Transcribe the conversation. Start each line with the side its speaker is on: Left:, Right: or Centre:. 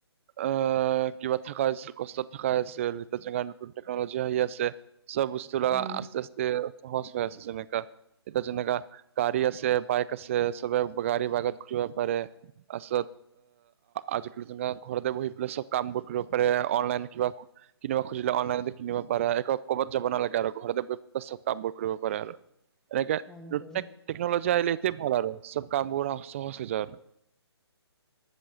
Right: আঁহ কিবা থকা হৈছিল কষ্টত থকা হৈছিল যিটো জেগাত নতুন টেকনলজি আহি আছে। চব বস্তু লগা
Centre: উম
Right: আস্তে আস্তে সহজ হৈ আছে যেনেকা। এতিয়া যেনেকা গাড়ী আছে বাইক আছে সবে গাড়ী বাইকত ঘূৰিব পাৰে। আচ অ আজিকালি যেনেকা ঘৰতে বহি পেলাই চব কাম বোৰ কৰিব পাৰে, অনলাইন কিবা কিনিব খুজিলে অনলাইনতে কিনিব পাৰে ডাইৰেক্ট। ক'বাত যাব নালাগে আৰু ঘৰতে চব কাম বোৰ কৰিব পাৰে আৰু এনেকে
Centre: হয়
Right: প্ৰত্যেক
Centre: হয়
Right: টেকনোলজি আহিলে সেইটোৱে ভাল আৰু চব কামবোৰ সহজ হৈ যায়।